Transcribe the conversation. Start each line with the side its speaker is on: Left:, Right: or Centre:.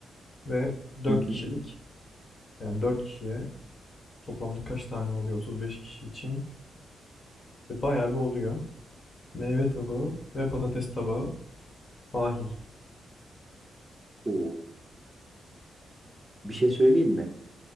Left: ve 4
Right: Hı hı.
Left: kişilik yani 4 kişiye toplamda kaç tane oluyor 35 kişi için İşte bayağı bir oluyor. Meyve tabağı ve patates tabağı dahil.
Right: Oo. Bir şey söyleyeyim mi?